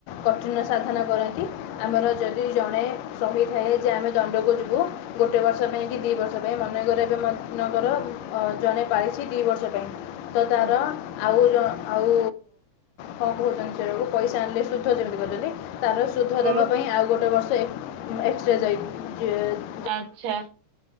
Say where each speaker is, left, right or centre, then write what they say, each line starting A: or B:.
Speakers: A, on the left; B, on the right.
A: କଠିନ ସାଧନା କରନ୍ତି ଆମର ଯଦି ଜଣେ କହି ଥାଏ ଯେ ଆମେ ଦଣ୍ଡକୁ ଯିବୁ ଗୋଟେ ବର୍ଷ ପାଇଁ କି ଦି ବର୍ଷ ମନେକର ଏବେ ମନେଙ୍କର ଜଣେ ପାଳିଛି ଦି ବର୍ଷ ପାଇଁ ତ ତାର
B: ହଁ
A: ଆଉ ଜ ଆଉ କଣ କହୁଛନ୍ତି ସେଟାକୁ ପଇସା ଆଣିଲେ ସୁଦ୍ଧ ଯେମିତି କରିଛନ୍ତି ତାର ସୁଦ୍ଧ ଦେବା
B: ହଁ
A: ପାଇଁ ଆଉ ଗୋଟେ ବର୍ଷ ଏକ୍ସ ଏକ୍ସଟ୍ରା ଯାଇ ଯା
B: ଆଚ୍ଛା